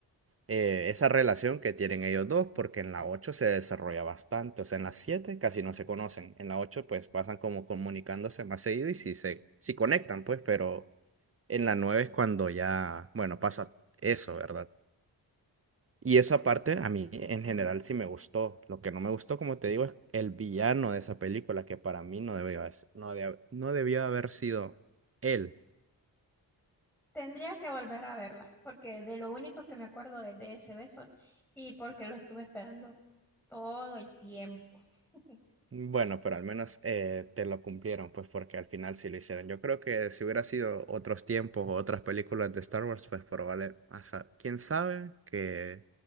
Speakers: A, on the right; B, in the centre.
A: eh, esa relación que tienen ellos dos porque en la 8 se desarrolla bastante, o sea, en la 7 casi no se conocen, en la 8 pues pasan como comunicándose más seguido y sí se sí conectan, pues, pero en la 9 es cuando ya, bueno, pasa eso, ¿verdad? Y esa parte a mí en general sí me gustó. Lo que no me gustó, como te digo, es el villano de esa película, que para mí no debió, haber- no deb- no debió haber sido él.
B: Tendría que volver a verla, porque de lo único que me acuerdo es de ese beso y porque lo estuve esperando todo el tiempo. <laughs>
A: Bueno, pero al menos eh, te lo cumplieron, pues porque al final sí lo hicieron. Yo creo que si hubiera sido otros tiempos o otras películas de Star Wars, pues probable, hasta, quién sabe que